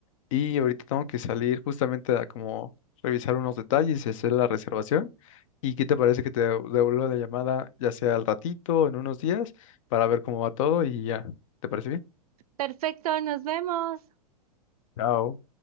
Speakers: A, on the left; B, on the right.
A: Y ahorita tengo que salir justamente a como revisar unos detalles y hacer la reservación. ¿Y qué te parece que te dev- devuelva la llamada, ya sea al ratito, en unos días, para ver cómo va todo y ya? ¿Te parece bien?
B: Perfecto, nos vemos.
A: Chao.